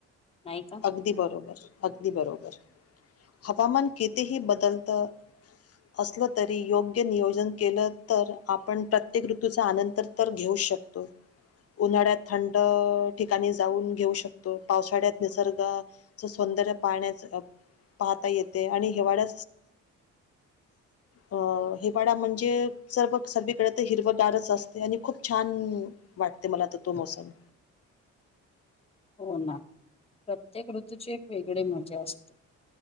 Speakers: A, on the left; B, on the left.
A: नाही का?
B: अगदी बरोबर, अगदी बरोबर. हवामान कितीेही बदलतं असलं तरी योग्य नियोजन केलं तर आपण प्रत्येक ऋतूचा आनंदतर तर घेऊ शकतो. उन्हाळ्यात थंड ठिकाणी जाऊन घेऊ शकतो पावसाळ्यात निसर्गच सौंदर्य पाण्याच पाहता येते आणि हिवाळ्या अ हेवाडा म्हणजे सर्व सर्ळीकडे तर हिरवगारच असते आणि खूप छान. वाटते मला तर तो मोसम.
A: हो ना प्रत्येक ऋतूची एक वेगळी मजा असते.